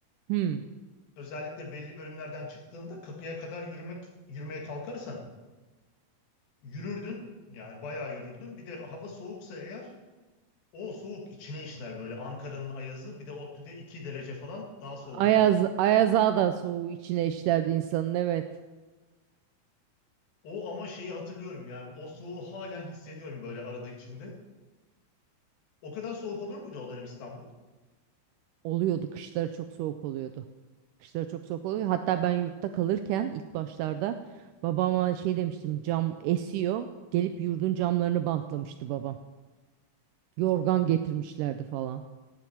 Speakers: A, on the right; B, on the left.
A: Hmm.
B: Özellikle belli bölümlerden çıktığında kapıya kadar yürümek yürümeye kalkarsan yürürdün. Yani bayağı yürürdün. Bir de hava soğuksa eğer o soğuk içine işler böyle Ankara'nın ayazı. Bir de ODTÜ'de 2 derece falan
A: Bizim
B: daha soğuk
A: Ayaz,
B: olur.
A: Ayaz Ağa da soğuğu içine işlerdi insanın. Evet.
B: O ama şeyi hatırlıyorum yani o soğuğu halen hissediyorum böyle arada içimde. O kadar soğuk olur muydu o dönem İstanbul?
A: Oluyordu. Kışları çok soğuk oluyordu. Kışları çok soğuk oluyor. Hatta ben yurtta kalırken ilk başlarda babama şey demiştim. Cam esiyor. Gelip yurdun camlarını bantlamıştı babam. Yorgan getirmişlerdi falan.